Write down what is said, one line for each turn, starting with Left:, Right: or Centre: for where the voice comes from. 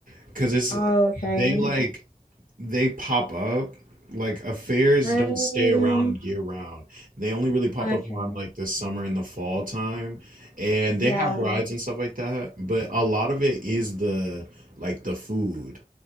Right: because it's
Left: Oh, okay.
Right: they like they pop up like affairs
Left: Um,
Right: don't stay around year round. They only really pop
Left: okay.
Right: up around like the summer and the fall time, and
Left: Yeah.
Right: they have rides and stuff like that. But a lot of it is the like the food.